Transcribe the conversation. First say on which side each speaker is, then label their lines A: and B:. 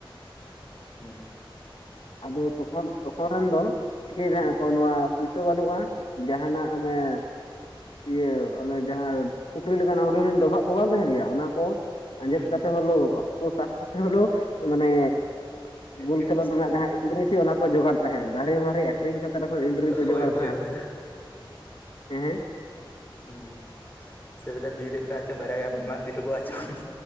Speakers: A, on the left (about 20°); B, on the left (about 80°).
A: ᱦᱩᱸ,
B: ᱟᱫᱚ ᱛᱚᱠᱷᱚᱱ, ᱛᱚᱠᱷᱚᱱ ᱨᱮᱱ ᱫᱚ ᱪᱤᱠᱟᱹᱭᱮᱫᱟᱜ
A: ᱦᱩᱸ
B: ᱦᱟᱸᱜ ᱠᱚ ᱱᱚᱣᱟ ᱯᱩᱭᱥᱟᱹ ᱵᱟᱹᱱᱩᱜᱼᱟ ᱡᱟᱦᱟᱸᱱᱟᱜ ᱚᱱᱮᱻ ᱤᱭᱟᱹ ᱚᱱᱮ ᱡᱟᱦᱟᱸ ᱯᱩᱠᱷᱨᱤ ᱞᱮᱠᱟᱱᱟᱜ ᱦᱩᱰᱤᱧ ᱦᱩᱰᱤᱧ ᱰᱚᱵᱷᱟᱜ ᱠᱚ ᱵᱟᱝ ᱛᱟᱦᱮᱸᱱ ᱜᱮᱭᱟ, ᱚᱱᱟ ᱠᱚ ᱟᱸᱡᱮᱫ
A: ᱦᱩᱸ
B: ᱠᱟᱛᱮ ᱦᱳᱞᱳ, ᱦᱟᱹᱠᱩ ᱥᱟᱵ ᱠᱟᱛᱮ ᱦᱳᱞᱳ ᱢᱟᱱᱮ ᱜᱳᱞ
A: ᱴᱤᱢ
B: ᱠᱷᱮᱞᱳᱜ ᱫᱚ ᱱᱷᱟᱸᱜ ᱡᱟᱦᱟᱸ ᱮᱱᱴᱤᱨᱤ ᱥᱮ ᱚᱱᱟ ᱠᱚ ᱡᱳᱜᱟᱲ ᱛᱟᱦᱮᱸᱫ, ᱫᱷᱟᱨᱮ ᱢᱟᱨᱮᱜᱼᱟ᱾ ᱟᱹᱠᱷᱨᱤᱧ ᱠᱟᱛᱮ ᱨᱮᱦᱚᱸ ᱮᱱᱰᱨᱤ ᱠᱚ
A: ᱦᱳᱭ
B: ᱡᱚᱜᱟᱲ
A: ᱦᱳᱭ
B: ᱛᱟᱦᱮᱸᱫ ᱟᱨᱠᱤ,
A: ᱦᱳᱭ
B: ᱦᱮᱸ?
A: ᱦᱩᱸ, ᱥᱮᱸᱫᱽᱨᱟ ᱵᱤᱨ ᱨᱮ ᱢᱮᱱᱟᱜ ᱦᱚᱪᱚ ᱵᱟᱨᱭᱟ ᱜᱟᱱ ᱦᱮᱸᱱᱟᱜ ᱤᱫᱤᱼᱟ ᱪᱚᱝ